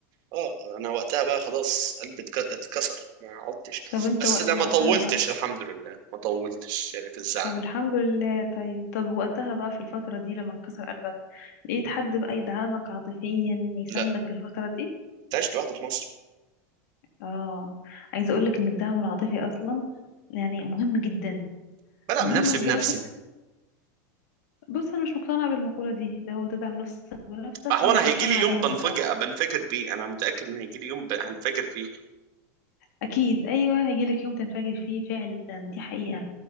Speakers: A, on the right; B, on the left.
A: اه انا وقتها بقى خلاص قلبي اتك- اتكسر ما عدتش
B: طب انت
A: بس
B: وق-
A: لا
B: وقتها
A: ما طولتش
B: بقى
A: الحمد لله ما طولتش يعني في الزعل
B: طب الحمد لله طيب طب وقتها بقى في الفترة دي لما انكسر قلبك لقيت حد بقى يدعمك عاطفيا يساندك
A: لا
B: في الفترة دي
A: انت عشت لوحدك في مصر
B: اه عايزة اقولك ان الدعم العاطفي اصلا يعني مهم جدا
A: بدعم
B: مهم
A: نفسي
B: لدرجة
A: بنفسي
B: بص انا مش مقتنعة بالمقولة دي اللي هو تدعم نفسك بنفسك
A: هو
B: انا
A: انا
B: مش
A: هيجي
B: مقتنعة
A: لي يوم
B: بيها
A: بنفجر
B: بصراحة
A: بنفجر بيه انا متاكد ان هيجي لي يوم ب... هنفجر فيه
B: اكيد ايوه هيجيلك يوم تنفجر فيه فعلا دي حقيقة